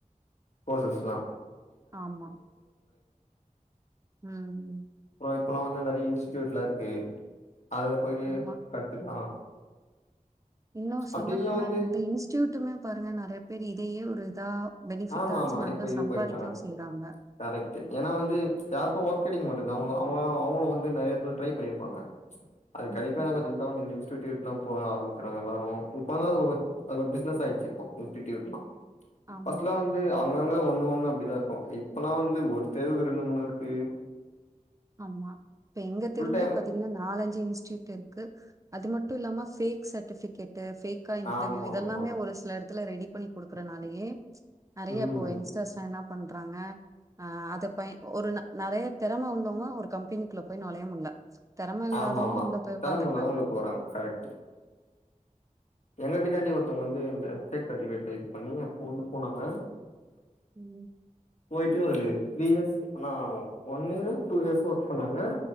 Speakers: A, on the left; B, on the right.
A: போசஸ்லா
B: ஆமா ம்
A: அப்புறோ இப்பல்லா வந்து நிறைய இன்ஸ்டியூட்லாருக்கு அதுல போயிட்டு
B: நா
A: கத்துக்கலா
B: இன்னு சொல்ல
A: அப்டி இல்லனா
B: போனா
A: வந்து
B: இந்த இன்ஸ்டூ டுமே பாருங்க நிறைய பேர் இதையே ஒரு தா பெனிஃபிட்டா
A: ஆமா
B: வச்சு
A: ஆமா
B: நல்லா
A: இப்ப இது
B: சம்பாதிக்கவு
A: பண்ணிட்டாங்க
B: செய்றாங்க
A: கரெக்ட் ஏன்னா வந்து யாருக்கு ஒர்க்கடிக்க மாட்டேது அவங்க அவ அவங்களு வந்து நிறைய பேர் ட்ரை பண்ணிருப்பாங்க அது
B: ம்
A: கிடைக்காத பச் அவங்க இந்த இன்ஸூட்லா போக ஆரம்பிக்றாங்க எல்லாரு இப்ப தா அத அத பிஸ்னஸ் ஆய்டுச்சு இப்போ இஸூட்லா
B: ஆமா
A: பஸ்ட்லா வந்து அங்கங்க ஒண்ணு ஒண்ணு அப்படிதாருக்கோ இப்பல்லா வந்து ஒரு தேர்வு ரெண்டு, மூணுருக்கு
B: ஆமா இப்ப எங்க
A: ஃபுல்
B: தெருவுலே
A: டைம்
B: பாத்தீங் ன்ன நாலஞ்சு இன்ஸ்டூட்ருக்கு அது மட்டுல்லாம ஃபேக் சர்ட்டிபிகேட் ஃபேக் கா இன்டர்வியூ
A: ஆமா
B: இதெல்லாமே
A: ஆமா
B: ஒரு சில இடத்துல ரெடி பண்ணி கொடுக்குறனாலயே நிறைய
A: ம்
B: இப்ப யங்ஸ்டர்ஸ் என்ன பண்றாங்க அத ப ஒரு நெறைய திறமை உள்ள ஒரு கம்பெனிக்குள்ள போய் நொலைய முட்ல திறம இல்லாதவங்க
A: ஆமா ஆமா
B: உள்ள போய் உக்காந்துக்கறாங்க
A: திறமயுள்ளவங்க உள்ள போறாங்க கரெக்ட் எங்க வீட்டாண்டி ஒருத்தவங்க வந்து இந்த ஃபேக்ரேட்ல இது பண்ணி அப்ப வந்து போனாங்க
B: ம்
A: போயிட்டு ஒரு த்ரீ இயர்ஸ் அனா ஒன்இயர், டூஇயர்ஸ் ஒர்க் பண்ணாங்க